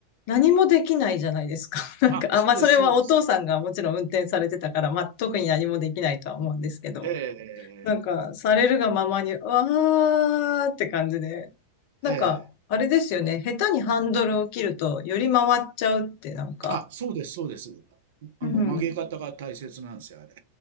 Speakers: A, on the left (about 45°); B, on the right (about 55°).
A: 何もできないじゃないですか。<laughs> なんか、
B: あ、
A: あ、
B: そうです、
A: まあ、それはお父さんがもちろん運転されてたから、
B: そうです。
A: まあ、特に何もできないとは思うんですけど、
B: ええ、
A: なんか、されるがままに、わーって感じで、なんか、
B: ええ、ええ。
A: あれですよね。下手にハンドルを切ると、より回っちゃうって、なんか。
B: あ、そうです、そうです。あの、
A: うん。
B: 曲げ方が大切なんですよ、あれ。